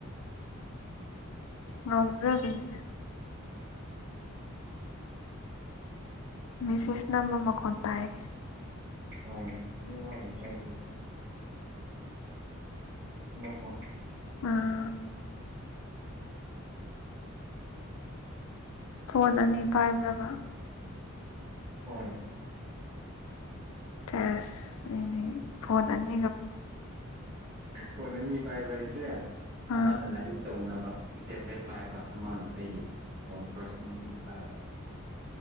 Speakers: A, on the left; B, on the right.
A: ꯉꯥꯎꯖꯕꯤꯅꯦ ꯃꯦꯁꯦꯁ ꯅꯝꯕ ꯃꯈꯣꯟ ꯇꯥꯢꯌꯦ
B: ꯍꯣꯢ ꯃꯤ ꯑꯃ ꯔꯤꯄ꯭ꯂꯥꯢ ꯄꯤꯕ <unintelligible>
A: ꯑꯥ ꯐꯣꯟ ꯑꯅꯤ ꯄꯥꯏꯕ꯭ꯔꯥꯒ
B: ꯍꯣꯏ
A: ꯆꯦꯁ ꯃꯤꯅꯤ ꯐꯣꯟ ꯑꯅꯤ
B: ꯐꯣꯟ ꯑꯅꯤ ꯄꯥꯏꯕꯥꯢꯁꯦ
A: ꯑꯥ
B: ꯑꯃꯅ ꯂꯥꯏꯔꯤꯛ ꯇꯧꯅꯕ ꯇꯦꯕ꯭ꯂꯦꯠ ꯄꯥꯏꯕ ꯑꯃꯅ ꯑꯩꯒꯤ ꯐꯣꯟ ꯄꯥꯔꯁꯦꯟꯂꯤꯒꯤ ꯄꯥꯏꯕ